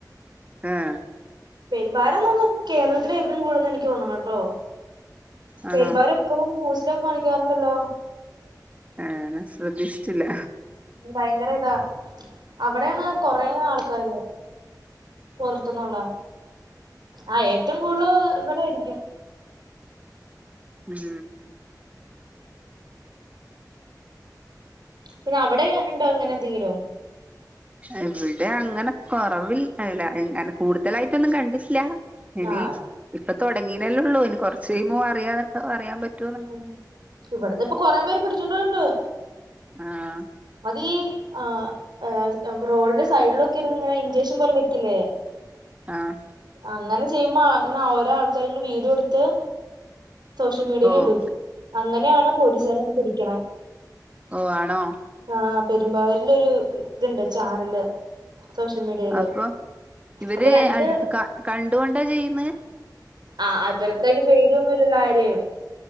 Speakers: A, on the right; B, on the right.
A: ഏഹ്.
B: പെരുമ്പാരന്ന്ന്ന് കേരളത്തിലെ ഏറ്റും കൂടുതൽന്ന് എനിക്ക് തോന്നണെട്ടോ
A: ആണോ
B: പെരുമ്പാവര്. ഇപ്പൊ ന്യൂസിലൊക്കെ കാണിക്കാറുണ്ടല്ലോ.
A: ഏഹ് ഞാൻ ശ്രദ്ധിച്ചിട്ടില്ല
B: ഭയങ്കര ഇതാ അവിടാണ് കൊറെ ആൾക്കാര് പൊറത്തുന്നുളെ ആഹ ഏറ്റും കൂടല് ഇവിടായിരിക്കും.
A: മ്ഹ്.
B: പിന്നെ അവിടെയിണ്ടോ ഇങ്ങനെ എന്തെങ്കിലും.
A: ഇവിടെ അങ്ങനെ കൊറവില്ല അല്ല എങ്ങെ കൂടുതലായിട്ടൊന്നും കണ്ടില്യാ. ഇനി
B: ആ
A: ഇപ്പൊ തുടങ്ങീനലൊള്ളൂ ഇനി കൊറച്ചയിമ്പോ അറിയാത അറിയാൻ പറ്റു.
B: ഉം ഇവിടുന്ന് ഇപ്പൊ കൊറേപേരെ പിടിച്ചൊണ്ടൊയിണ്ട്.
A: ആഹ്.
B: അതീ ആഹ് ഏഹ്. റോഡിന്റെ സൈഡിലൊക്കെ ഇരുന്നു ഇങ്ങനെ ഇഞ്ചക്ഷൻ പോലെ വെയ്ക്കില്ലേ.
A: ആഹ്
B: അങ്ങനെ ചെയ്യുമ്പോ അങ്ങനെ ഓരോ ആൾക്കാരിങ്ങനെ വീഡ്യോട്ത്ത്. ഷ്യൽ മീഡിയലിടും
A: ഓഹ്
B: അങ്ങനെയാണ് പോലീസാര് വന്ന് പിടിക്ക്ണെ.
A: ഓ ആണോ
B: ആഹ് പെരുമ്പാവരിലൊരു ഇത്ണ്ട് ചാനല്. സോഷ്യൽ മീഡിയയില്
A: അപ്പൊ ഇവര്
B: അപ്പൊ രണ്ട്
A: അടുത്ത് ക കണ്ടുകൊണ്ടാ ചെയ്യന്നെ.
B: ആഹ് അവർക്കതിന് പേടിയൊന്നുമില്ലലോ ആരേ